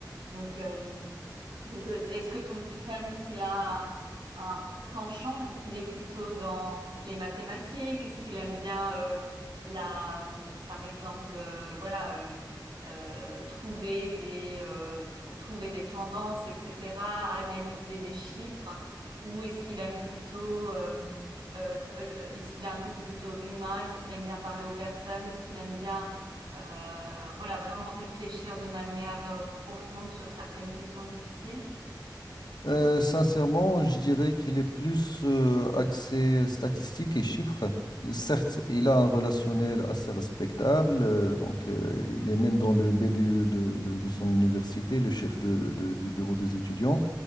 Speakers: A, on the right; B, on the left.
A: Donc, euh, donc, euh, est-ce que ton petit frère, est-ce qu'il a un, un penchant? Est-ce qu'il est plutôt dans les mathématiques? Est-ce qu'il aime bien, euh, la, hum, par exemple, euh, voilà, euh, euh, trouver des, euh, tr- trouver des tendances, etc., analyser des chiffres? Ou est-ce qu'il aime plutôt, euh, euh, f- euh, est-ce qu'il a un côté plutôt humain? Est-ce qu'il aime bien parler aux personnes? Est-ce qu'il aime bien, euh, voilà, vraiment réfléchir de manière, euh, profonde sur certaines questions difficiles?
B: Euh, sincèrement, je dirais qu'il est plus euh, axé statistiques et chiffres. Certes, il a un relationnel assez respectable, euh, donc euh, il est même dans le BDE de, de- de son université, le chef de- de- du bureau des étudiants.